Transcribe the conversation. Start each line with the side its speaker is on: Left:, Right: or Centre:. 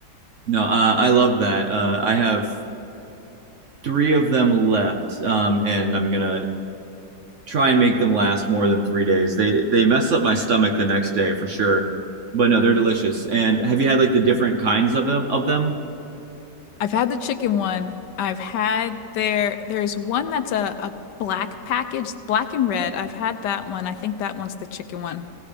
Right: No, uh, I love that. Uh, I have three of them left, um, and I'm gonna try and make them last more than three days. They they mess up my stomach the next day for sure. But no, they're delicious. And have you had like the different kinds of them of them?
Left: I've had the chicken one. I've had their there's one that's a, a black package, black and red. I've had that one. I think that one's the chicken one.